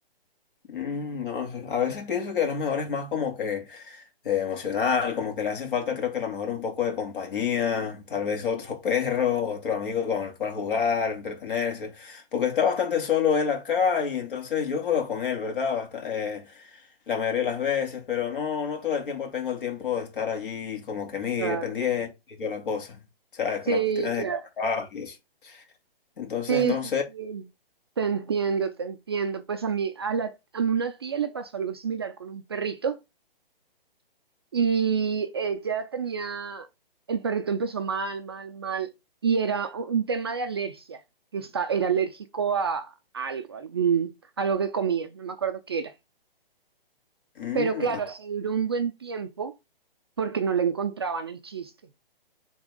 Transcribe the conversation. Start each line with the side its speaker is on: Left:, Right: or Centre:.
Left: Mm, no sé, a veces pienso que a lo mejor es más como que eh, emocional, como que le hace falta, creo que a lo mejor un poco de compañía, tal vez otro perro, otro amigo con el cual jugar, entretenerse, porque está bastante solo él acá y entonces yo juego con él, ¿verdad? Basta- eh, la mayoría de las veces, pero no, no todo el tiempo tengo el tiempo de estar allí como que mire,
Right: Claro.
Left: pendiente y toda la cosa, ¿sabes?
Right: Sí,
Left: Con las cuestiones
Right: claro.
Left: de trabajo y eso. Entonces,
Right: Sí,
Left: no
Right: sí,
Left: sé.
Right: sí, te entiendo, te entiendo. Pues a mí, a la, a una tía le pasó algo similar con un perrito y ella tenía, el perrito empezó mal, mal, mal y era un tema de alergia, que está, era alérgico a algo, algún, algo que comía, no me acuerdo qué era.
Left: Mm,
Right: Pero claro,
Left: ok.
Right: así duró un buen tiempo porque no le encontraban el chiste.